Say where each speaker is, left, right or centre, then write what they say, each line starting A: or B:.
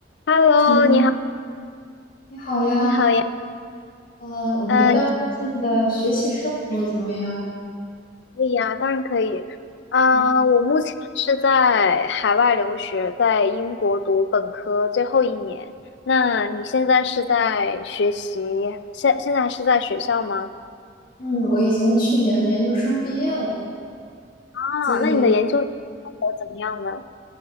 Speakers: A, on the left; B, on the left.
A: Hello，
B: Hello，姐妹，
A: 你好，
B: 你好呀。
A: 你好呀，
B: 呃，我们聊聊最近的学习生活怎么样？
A: 呃，你可以呀，当然可以。呃，
B: 嗯
A: 我目前是在海外留学，在英国读本科最后一年。那你现在是在学习，现现在还是在学校吗？
B: 嗯，我已经去年研究生毕业了，
A: 啊，
B: 所以
A: 那你的研究生活怎么样呢？